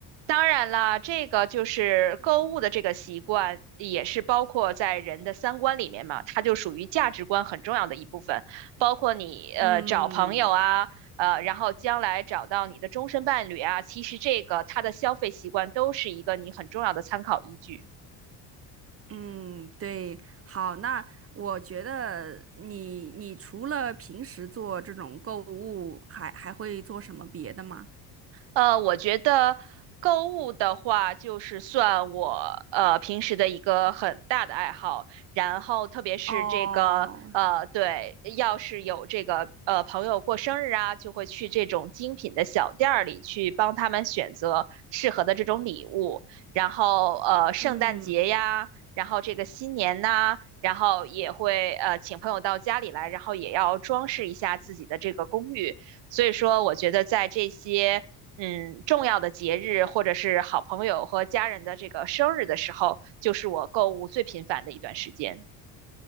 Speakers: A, on the right; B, on the right.
A: 当然啦，这个就是购物的这个习惯，也是包括在人的三观里面嘛，它就属于价值观很重要的一部分，包括你呃找朋友啊，
B: 嗯。
A: 呃，然后将来找到你的终身伴侣啊，其实这个它的消费习惯都是一个你很重要的参考依据。
B: 嗯，对，好，那我觉得你你除了平时做这种购物，还还会做什么别的吗？
A: 呃，我觉得购物的话，就是算我呃平时的一个很大的爱好。然后，特别是这个呃，
B: 哦，
A: 对，要是有这个呃朋友过生日啊，就会去这种精品的小店儿里去帮他们选择适合的这种礼物。然后，呃，圣诞节呀，
B: 嗯
A: 然后这个新年呐、然后也会呃请朋友到家里来，然后也要装饰一下自己的这个公寓。所以说，我觉得在这些嗯，重要的节日或者是好朋友和家人的这个生日的时候，就是我购物最频繁的一段时间。